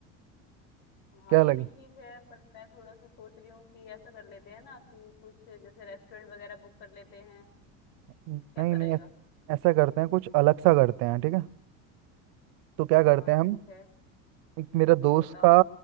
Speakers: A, on the left; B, on the right.
A: हाँ
B: क्या
A: ये
B: लगे
A: भी ठीक है पर मैं थोड़ा सा सोच रही हूँ कि ऐसा कर लेते हैं ना कि कुछ जैसे रेस्टोरेंट वगैरह बुक कर लेते हैं
B: नहीं
A: कैसा
B: नहीं
A: रहेगा
B: ऐ- ऐसा करते हैं कुछ अलग सा करते हैं ठीक है तो क्या करते
A: हाँ
B: हैं हम
A: ठीक है
B: एक मेरा दोस्त
A: बताओ
B: का